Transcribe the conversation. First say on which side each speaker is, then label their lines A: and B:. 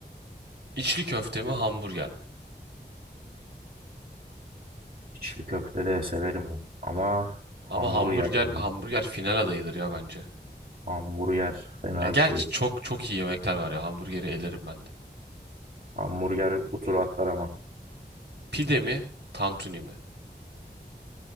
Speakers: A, on the right; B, on the right.
A: İçli köfte mi? Hamburger mi?
B: İçli köfte de severim ben. ama hamburger
A: Ama hamburger
B: yani.
A: hamburger final adayıdır ya bence.
B: Hamburger fena
A: Ya gerçi
B: bir şey.
A: çok çok iyi yemekler var ya. Hamburgeri elerim ben de.
B: Hamburger bu turu atlar ama.
A: Pide mi? Tantuni mi?